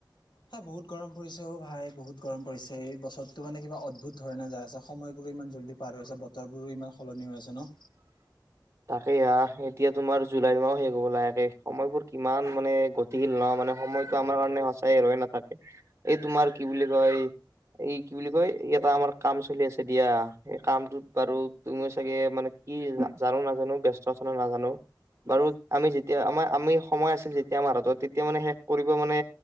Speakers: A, on the left (about 65°); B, on the right (about 35°).
A: এ বহুত গৰম পৰিছে অঔ ভাই বহুত গৰম পৰিছে এই বছৰটো মানে কিবা অদ্ভুত ধৰণে যাই আছে সময়বোৰো ইমান জল্দি পাৰ হৈ আছে বতৰ বোৰো ইমান সলনি হৈ আছে ন
B: তাকে হা এতিয়া তোমাৰ জুলাইৰ মাহ শেষ হব লাহেকে সময়বোৰ কিমান মানে <unintelligible> ল ন মানে সময়টো আমাৰ কাৰণে সঁচাই ৰৈ নাথাকে এই তোমাৰ কি বুলি কয় এই কি বুলি কয় এটা আমাৰ কাম চলি আছে দিয়া এই কামটোত বাৰু তুমিও চাগে মানে কি জানো নাজানো ব্যস্ত আছে নে নাজানো বাৰু আমি যেতিয়া আমাৰ আমি সময় আছিল যেতিয়া আমাৰ হাতত তেতিয়া মানে শেষ কৰিব মানে